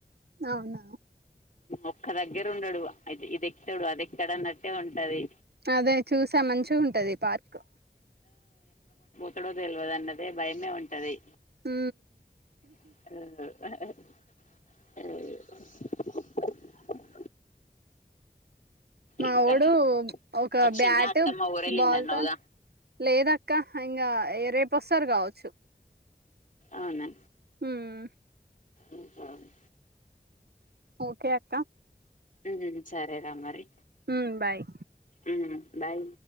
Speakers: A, on the right; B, on the left.
A: అవునా
B: ఒక్క దగ్గర ఉండడు అది ఇది ఎక్తాడు అది ఎక్క్తాడు అన్నట్టే ఉంటది
A: అదే చూసా మంచి ఉంటది పార్క్
B: ఎక్కడో తెలివదన్నదే భయమే ఉంటది
A: ఉ
B: అ అ
A: మా
B: ఇంకా
A: వోడు
B: రా
A: ఒక
B: వచ్చిందా
A: బ్యాట్
B: అత్తమ్మ ఊరెళ్ళింది
A: బాల్
B: అన్నావుగా
A: తోన్ లేదక్క ఇంకా రేపొస్తారు కావచ్చు
B: అవునా
A: ఉమ్
B: ఉంచాలి
A: ఓకే అక్క
B: ఊ సరే రా మరి
A: ఉమ్ బాయ్
B: ఊ బాయ్